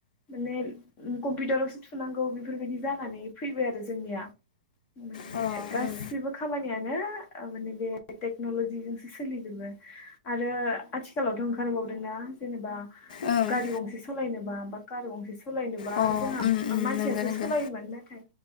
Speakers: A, on the left; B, on the left.
A: ने कम्पिउटारावसो थुनांगौ बेफोरबायदि जानानै फैबाय आरो जोंनिया माने
B: अ
A: गासिबो
B: उम
A: खामानियानो माने बे टेक्न'ल'जिजोंसो सोलिजोबो आरो आथिखालावथ' ओंखारबावदोंना जेनेबा
B: ओं
A: गारि गंसे सालायनोबा बा कार गंसे सालायनोबा
B: अ
A: जोंहा
B: उम उम
A: मानसियासो
B: नोंगो नोंगो
A: सालायोमोन नाथाय